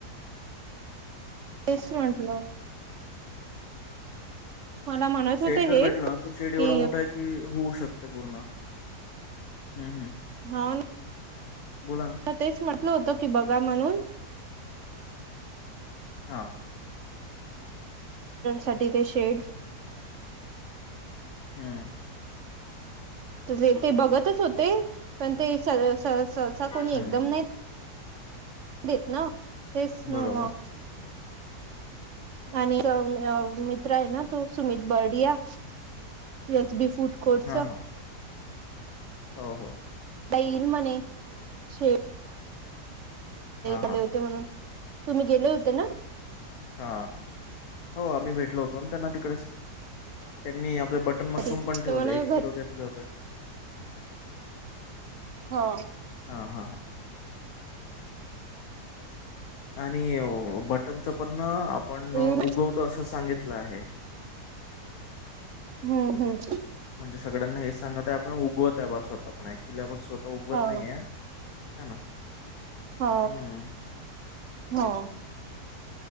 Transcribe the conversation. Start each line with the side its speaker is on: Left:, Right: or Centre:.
Right: टस् मणसला म्हणत
Left: शेड
Right: होते
Left: जर
Right: हे
Left: भेटला ना तर शेड एवढा
Right: कि
Left: मोठा आहे की होऊ शकत मपूर्ण हम् हम्
Right: हा ना
Left: बोला ना
Right: तेच म्हटलं होतं की बघा म्हणून
Left: हा
Right: साठी ते शेड
Left: हम्म
Right: े ते बघतच होते पण ते स सहसा कोणी
Left: हं.
Right: एकदम नाही ेत ना तेच ना
Left: बरोबर.
Right: मग आणि मित्र आहे ना तो सुमित बर्डिया येस बी फूड कोर्टचा
Left: हा हा हो हो
Right: दईन मने शे
Left: हां, हां.
Right: आले होते म्हणून तुम्ही गेले होते ना
Left: हा हो आम्ही भेटलो होतो ना त्यांना तिकडे त्यांनी आपले बटन मशरूम
Right: घरी
Left: पण
Right: ते
Left: ठेवले
Right: म्हणे
Left: एक किलो घेतले होते
Right: होा
Left: हां, हां. आणि बटनच पण आपण उगवतो
Right: येईल
Left: असं सांगितलं आहे
Right: हम्म हम्म
Left: म्हणजे सगळ्यांना हेच सांगत आहे आपण उगवत आहे बा स्वतः पण ऍक्च्युली आपणवः उगत
Right: हो
Left: नाहीय ह ना
Right: हो
Left: हम्म
Right: हो